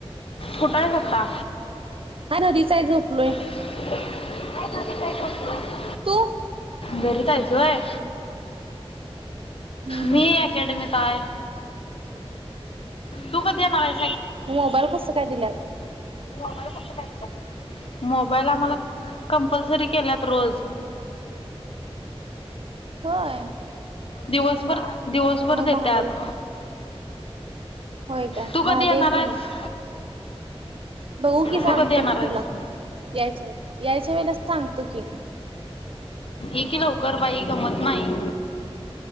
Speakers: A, on the left; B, on the right.
A: कुठय आता?
B: हा न दीसा ही झोपलोय.
A: फयना काय ठ <unintelligible>
B: तू
A: घरीच हाय जो व्हय.
B: हम्म
A: मी अकॅडमीत हाय. तू कधी येणार हाये?
B: मोबाईल कस काय दिलात?
A: मोबाईल कसा काय दिला. मोबाईल आम्हाला कंपल्सरी केल्यात रोज.
B: होय.
A: दिवसभर, दिवसभर
B: मग
A: देत्यात.
B: भारी आहे की होय काय
A: तू
B: भारी
A: कधी येणार
B: हाय की
A: आहेस
B: मग बघू की सांगतो
A: तू कधी येणार
B: की
A: आहेस
B: तुला यायच्या यायच्या वेळेला सांगतो की
A: ई कि लवकर बाई गमत नाही